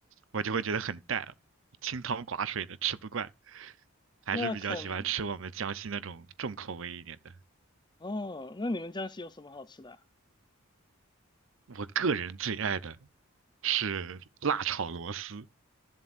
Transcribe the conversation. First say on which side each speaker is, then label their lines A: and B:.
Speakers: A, on the right; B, on the left.
A: 我就会觉得很淡，清汤寡水的，吃不惯。还是比较喜欢吃我们江西那种重口味一点的。
B: 那肯哦，那你们江西有什么好吃的啊
A: 我个人最爱的是辣炒螺丝。